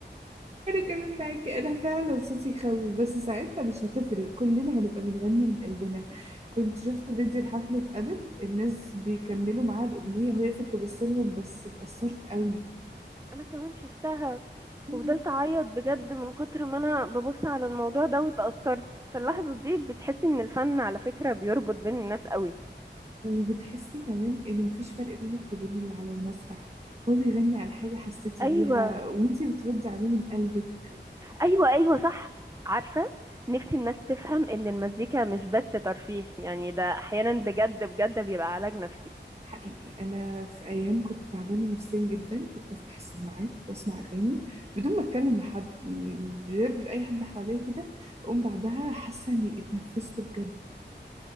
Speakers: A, on the right (about 35°); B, on the right (about 15°).
A: كمان معاكي أنا فعلا صوتي يخوف بس ساعتها مش هتفرق كلنا هنبقى بنغني من قلبنا كنت شفت فيديو لحفلة أدل الناس بيكملوا معاها الأغنية وهي في تبصلهم بس اتأثرت قوي
B: انا كمان شفتها
A: مم.
B: وفضلت اعيط بجد من كتر ما انا ببص على الموضوع ده واتأثرت فاللحظه
A: آه.
B: دي بتحسي ان الفن على فكره بيربط بين الناس قوي
A: وبتحسي كمان ان مفيش فرق بينك وبين اللي على المسرح هو بيغني عن حاجة حسيتي
B: ايوه
A: بيها وانتي بتردي عليه من قلبك
B: ايوه ايوه صح عارفه نفسي الناس تفهم ان المزيكا مش بس ترفيه يعني ده احيانا بجد بجد بيبقى علاج نفسي
A: حقيقي أنا في أيام كنت تعبانة نفسيا جدا كنت أفتح السماعات وأسمع أغاني بدون ما أتكلم مع حد من غير أي حد حواليا كده أقوم بعدها حاسة إني اتنفست بجد